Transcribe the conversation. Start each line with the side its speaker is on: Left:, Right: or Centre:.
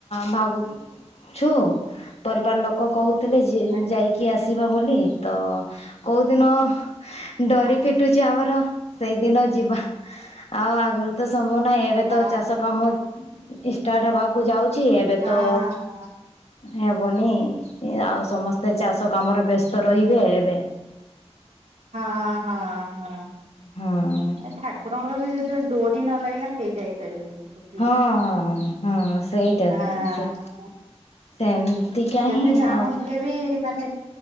Left: ଭାବୁ ଛୁ ପରିବାର ଲୋକ କହୁଥିଲେ ଯେ
Right: ଆଜ୍ଞା
Left: ଯାଇକି ଆସ। ବୋଲି ତ କୋଉ ଦିନ ଡୋରି ଫିଟୁଛି ଆମର ସେଇଦିନ ଯିବା ଆଉ ଆଗରୁ ତ ସମ୍ଭବ ନାହିଁ। ଏବେ ତ
Right: ଅ
Left: ଚାଷ କାମ ଷ୍ଟାର୍ଟ ହେବାକୁ ଯାଉଛି ଏବେ
Right: ହଁ
Left: ତ
Right: ହଁ
Left: ହବନି ଆଉ ସମସ୍ତେ ଚାଷ କାମରେ ବ୍ୟସ୍ତ ରହିବେ ଏବେ
Right: ହଁ ହଁ ହଁ।
Left: ହଁ।
Right: ଏ ଠାକୁରଙ୍କର ବି ଯଦି ଡୋରି ନ ଲାଗିଲା କେହି ଯାଇପାରିବେନି।
Left: ହଁ ହଁ ହଁ ସେଇଟା
Right: ହଁ
Left: ତ ସେ ସେମତି କାହିଁ
Right: ଯେତେ ଚାହୁଁଥିଲେ
Left: ଆଉ
Right: ମାନେ